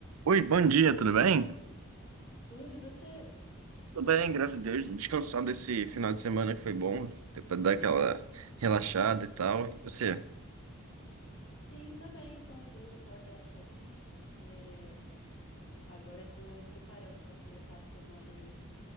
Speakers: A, on the right; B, on the left.
A: Oi, bom dia, tudo bem?
B: Tudo, e você?
A: Tudo bem, graças a Deus. Descansado desse final de semana que foi bom, deu pra dar aquela relaxada e tal. E você?
B: Sim, também. Tô, dei aquela relaxadinha. É, agora eu tô preparando para começar a semana aí.